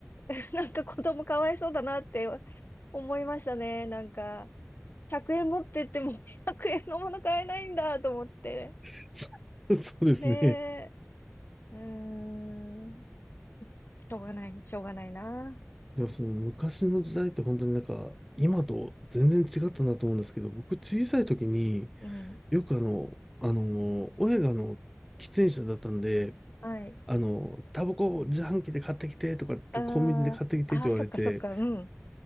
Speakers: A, on the left; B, in the centre.
A: <laughs> なんか子供かわいそうだなって思いましたね。なんか、100円持ってっても <laughs> 100円のもの買えないんだと思って。
B: <laughs> そうですね。
A: ねえ、うーん、しょうがない、しょうがないな。
B: でもその昔の時代って本当になんか今と全然違ったなと思うんですけど、僕小さい時に
A: うん、
B: よくあの、あの、親があの、喫煙者だったんで、
A: はい。
B: あの、タバコ自販機で買ってきてとか、
A: あ
B: コンビニで買ってきてって言われて、
A: ーあー、そっかそっか、うん。